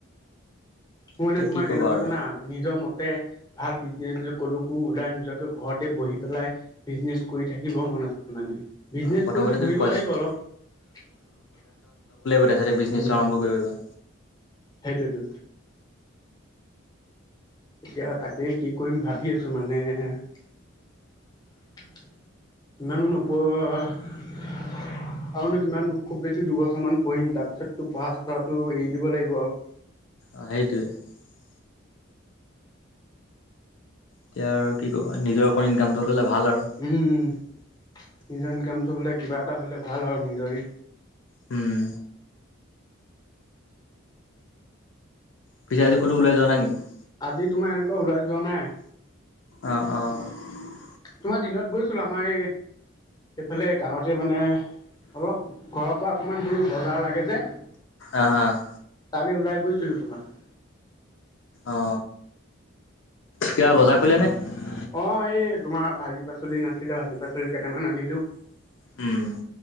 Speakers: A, on the left (about 20°); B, on the left (about 65°).
A: মোৰ মানে
B: এতিয়া
A: তোমাৰ
B: কি ক'বা
A: কেনেকুৱা
B: আৰু
A: জানা নিজৰ মতে <inaudible> ভাল বিজনেচ ক'লো ওলাই নোযোৱাকৈ ঘৰতে বহি পেলাই বিজনেচ কৰি থাকিব মন আছে মানে <inaudible> বিজনেচ
B: প্ৰথমতে
A: কৰিলও
B: তুমি
A: ঘূৰিব
B: পইচা
A: লাগিব অলপ <unintelligible>
B: তাৰিছতে বিজনেছো
A: উম
B: আৰম্ভ কৰিবা।
A: সেইটোৱেতো। এতিয়া তাকে কি কৰিম ভাবি আছো মানে <unintelligible> মনহ নপৌ <inaudible> হয় <inaudible> আৰুনো কিমান খুব বেছি দুবছৰমান পঢ়িম তাৰ পিছতো পঢ়া চ়টো এৰি দিব লাগিব আৰু <unintelligible>
B: অ সেইটোৱে <unintelligible> এতিয়া আৰু কি কবা নিজৰ অকণ ইনকামটো <unintelligible> আৰু
A: উম নিজৰ ইনকামটো হলে কিবা এটা হলে ভাল আৰু নিজৰে।
B: হম। পিছে আজি কতো উলাই য নেকি <inaudible>
A: আজি তোমাৰ এনেকুৱা ওলাই যোৱা নাই <unintelligible>
B: আহ আহ <unintelligible>
A: তোমাৰ দিনত গৈছিলো আমাৰ এই হাল গাঁৱতে মানে অলপ ঘৰৰ পৰা অকণমান দূৰ বজাৰ লাগে যে <inaudible>
B: অ হ <inaudible>
A: তালি ওলাই গৈছিলো তোমাৰ <unintelligible>
B: অ কিবা বজাৰ কৰিলে নে <unintelligible>
A: অ এই তোমাৰ ভাজি পাচলি নাছিলে ভাজি পাচলি কেইটামান আনিলো <unintelligible>
B: উম <unintelligible>